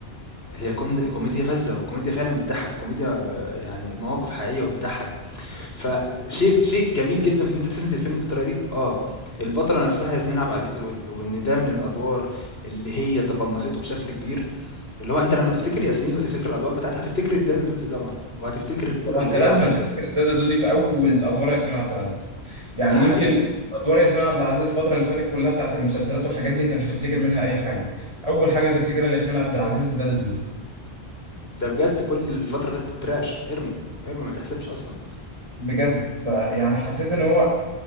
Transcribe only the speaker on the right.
هو
انت لازم
انت تفتكر الدادا دودي في اول ادوار ياسمين عبد العزيز يعني
يمكن
ادوار ياسمين عبد العزيز الفتره اللي فاتت كلها بتاعت المسلسلات والحاجات دي انت مش هتفتكر منها اي حاجه اول حاجه هتفتكرها لياسمين عبد العزيز الدادا دودي
بجد فيعني حسيت ان هو